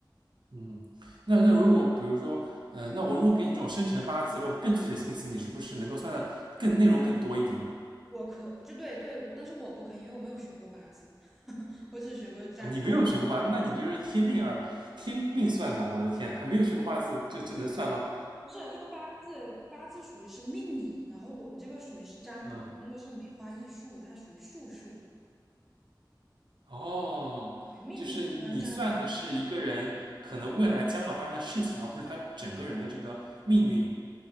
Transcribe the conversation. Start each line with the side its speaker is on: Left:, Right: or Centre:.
Right: 嗯，那那如果比如说，呃，那我如果给你这种生辰八字这种更具体的信息，你是不是能够算的更内容更多一点
Centre: 我可就对对，我但是我不可以，因为我没有学过八字，<laughs> 我只学过占占。
Right: 啊？你没有学过八，那你就是天命二，天命算的，我的天，还没有学过八字就就能算吗？
Centre: 不不是这个八字，八字属于是命理，然后我们这个属于是占卜，
Right: 嗯，
Centre: 用的是梅花易数，它属于术数。
Right: 哦，
Centre: 对，命理跟占卜，
Right: 就是你算的是一个人可能未来将要发生的事情，而不是他整个人的这个命运。